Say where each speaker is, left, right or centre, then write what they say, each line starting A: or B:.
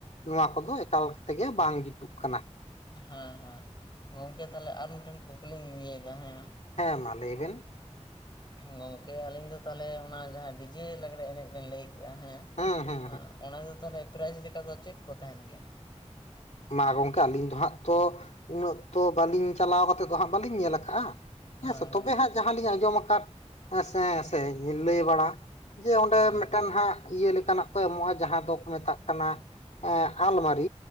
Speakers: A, on the left; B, on the left.
A: ᱱᱚᱣᱟ ᱠᱚᱫᱚ ᱮᱠᱟᱞ ᱛᱮᱜᱮ ᱵᱟᱝ ᱡᱩᱛᱩᱜ ᱠᱟᱱᱟ ᱾
B: ᱦᱮᱸ ᱦᱮᱸ ᱜᱚᱝᱠᱮ ᱛᱟᱦᱚᱞᱮ ᱟᱨ ᱢᱤᱫᱴᱮᱱ ᱠᱩᱠᱞᱤᱧ ᱤᱭᱟᱹᱭ ᱮᱫᱟ ᱦᱮᱸ ᱾
A: ᱦᱮᱸ ᱢᱟ ᱞᱟᱹᱭᱵᱮᱱ ᱾
B: ᱜᱚᱝᱠᱮ ᱟᱹᱞᱤᱧ ᱫᱚ ᱛᱟᱦᱚᱞᱮ ᱚᱱᱟ ᱡᱟᱦᱟᱸ ᱰᱤ ᱡᱮ ᱞᱟᱜᱽᱬᱮ ᱮᱱᱮᱡ ᱵᱮᱱ ᱞᱟᱹᱭ ᱠᱮᱜᱼᱟ ᱦᱮᱸ
A: ᱦᱩᱸ ᱦᱩᱸ ᱾
B: ᱚᱱᱟ ᱫᱚ ᱛᱟᱦᱚᱞᱮ ᱯᱨᱟᱭᱤᱡᱽ ᱞᱮᱠᱟ ᱫᱚ ᱪᱮᱫ ᱠᱚ ᱛᱟᱦᱮᱱ ᱜᱮᱭᱟ?
A: ᱢᱟ ᱜᱚᱝᱠᱮ ᱟᱹᱞᱤᱧ ᱫᱚ ᱦᱟᱸᱜ ᱛᱚ ᱩᱱᱟᱹᱜ ᱛᱚ ᱵᱟᱹᱞᱤᱧ ᱪᱟᱞᱟᱣ ᱠᱟᱛᱮᱜ ᱫᱚ ᱦᱟᱸᱜ ᱵᱟᱹᱞᱤᱧ ᱧᱮᱞ ᱠᱟᱜᱼᱟ,
B: ᱦᱮᱸ
A: ᱦᱮᱸᱥᱮ
B: ᱦᱮᱸ
A: ᱛᱚᱵᱮ ᱦᱟᱸᱜ ᱡᱟᱦᱟᱸ ᱞᱤᱧ ᱟᱸᱡᱚᱢ ᱟᱠᱟᱫ ᱦᱮᱸᱥᱮ ᱥᱮ ᱞᱟᱹᱭ ᱵᱟᱲᱟ ᱡᱮ ᱚᱸᱰᱮ
B: ᱦᱮᱸ
A: ᱢᱮᱫᱴᱮᱱ
B: ᱦᱮᱸ
A: ᱦᱟᱸᱜ ᱤᱭᱟᱹ ᱞᱮᱠᱟᱱᱟᱜ ᱠᱚ ᱮᱢᱚᱜᱼᱟ ᱡᱟᱦᱟᱸ ᱫᱚᱠᱚ ᱢᱮᱛᱟᱜ ᱠᱟᱱᱟ ᱮᱸ ᱟᱞᱢᱟᱨᱤ